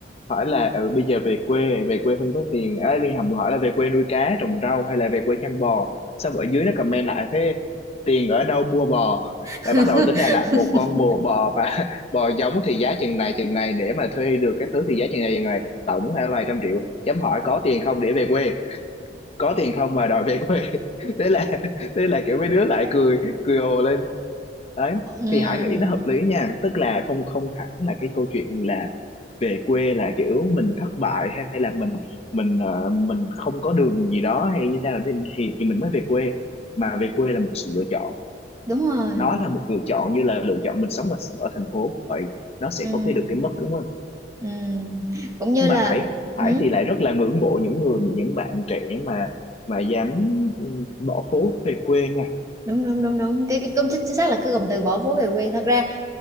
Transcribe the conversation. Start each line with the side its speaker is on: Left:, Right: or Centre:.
Left: hỏi là ừ, bây giờ về quê về quê không có tiền á liên hầm hỏi là về quê nuôi cá trồng rau hay là về quê chăn bò xong ở dưới nó comment lại thế tiền ở đâu mua bò
Right: <laughs>
Left: là bắt đầu tính ra là một con bò bò mà <laughs> bò giống thì giá chừng này chừng này để mà thuê được các thứ thì giá chừng này chừng này tổng là vài trăm triệu chấm hỏi có tiền không để về quê có tiền không mà đòi về quê <laughs> thế là thế là kiểu mấy đứa lại cười cười ồ lên đấy
Right: Ừm,
Left: thì Hải nghĩ nó hợp lý nha tức là không không hẳn là cái câu chuyện là về quê là kiểu mình thất bại hay là mình mình ờ, mình không có đường gì đó hay như thế nào thì, thì thì mình mới về quê mà về quê là một sự lựa chọn
Right: đúng rồi
Left: nó là một lựa chọn như là lựa chọn mình sống ở, ở thành phố vậy nó sẽ
Right: Ừm,
Left: có cái được cái mất đúng không
Right: ừm. cũng như
Left: nhưng
Right: là
Left: mà Hải Hải
Right: ừm,
Left: thì lại rất là ngưỡng mộ những người những bạn trẻ mà mà dám ừ, bỏ phố về quê nha
Right: đúng đúng đúng đúng cái, cái cũng chính chính xác là cái cụm từ bỏ phố về quê thật ra